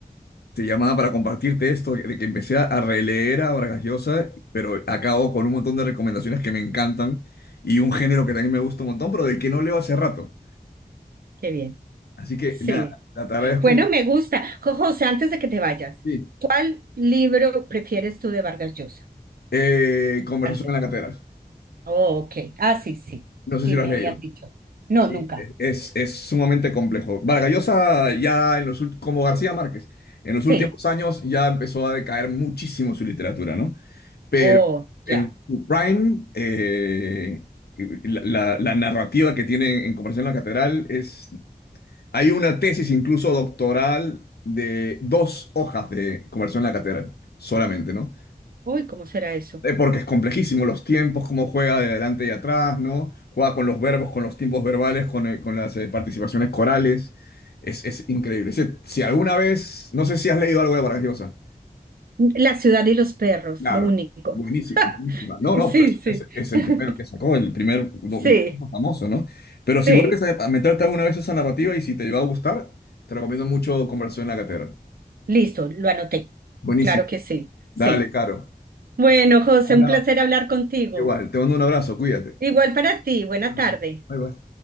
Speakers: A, on the left; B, on the right.
A: te llamaba para compartirte esto, de que empecé a releer a Vargas Llosa, pero acabo con un montón de recomendaciones que me encantan y un género que también me gusta un montón, pero del que no leo hace rato.
B: Qué bien.
A: Así que
B: Sí.
A: nada, te agradezco.
B: Bueno, me gusta. Jo- José, antes de que te vayas,
A: Sí.
B: ¿cuál libro prefieres tú de Vargas Llosa?
A: Eh, Conversación
B: Avance.
A: en la catedral.
B: Oh, ok. Ah, sí, sí.
A: No
B: Sí,
A: sé si lo
B: me
A: has leído.
B: habían dicho. No,
A: Sí,
B: nunca.
A: es, es sumamente complejo. Vargallosa ya en los ult- como García Márquez, en los
B: Sí.
A: últimos años ya empezó a decaer muchísimo su literatura, ¿no? Pero
B: Oh,
A: en
B: ya.
A: su prime, eh, la, la- la narrativa que tiene en Conversación en la Catedral es... Hay una tesis incluso doctoral de dos hojas de Conversación en la Catedral, solamente, ¿no?
B: Uy, ¿cómo será eso?
A: Eh, Porque es complejísimo los tiempos, cómo juega de adelante y atrás, ¿no? Juega con los verbos, con los tiempos verbales, con, eh, con las eh, participaciones corales. Es, es increíble. Ese- si alguna vez, no sé si has leído algo de Vargas Llosa.
B: La ciudad y los perros,
A: Claro,
B: lo único.
A: buenísimo,
B: <laughs>
A: buenísima. No, no,
B: Sí,
A: pero es,
B: sí.
A: es- es el primero
B: <laughs>
A: que sacó, el primer do-
B: Sí,
A: el famoso, ¿no? Pero si
B: sí.
A: vuelves a a meterte alguna vez a esa narrativa y si te va a gustar, te recomiendo mucho Conversación en la Catedral.
B: Listo, lo anoté.
A: Buenísimo.
B: Claro que sí, sí.
A: Dale, Caro.
B: Bueno, José,
A: Hablamos.
B: un placer hablar contigo.
A: Igual, te mando un abrazo, cuídate.
B: Igual para ti. Buena
A: Bye bye.
B: tarde.
A: Bye bye.